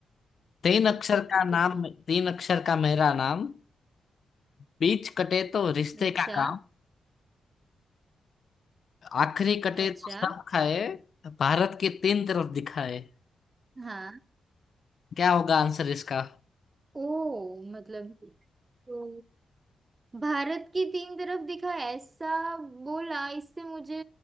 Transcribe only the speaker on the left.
तीन अक्षर
का
नाम तीन अक्षर का मेरा नाम बीच कटे तो रिश्ते
का काम आखिरी कटे
तो सब खाए भारत की तीन तरफ दिखाए
क्या होगा आंसर इसका